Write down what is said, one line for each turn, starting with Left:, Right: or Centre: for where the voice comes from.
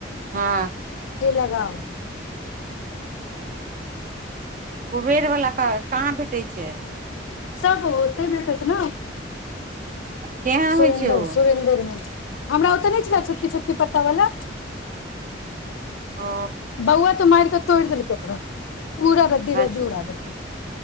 Right: हँ
Left: ते लगाउ
Right: कुबेर बला पाय कहाँ भेटै छै
Left: सब ओते भेटत न
Right: केहन
Left: सुरेन्द्र
Right: होइ छै ओ
Left: सुरेन्द्र मे हमरा ओतऽ नै छला छोटकी छोटकी पत्ता वाला
Right: ओ
Left: बौआ तऽ मारिकऽ तोड़ि देलकै ओकरा पूरा रद्दी
Right: अच्छा
Left: रद्दी उड़ा देलकै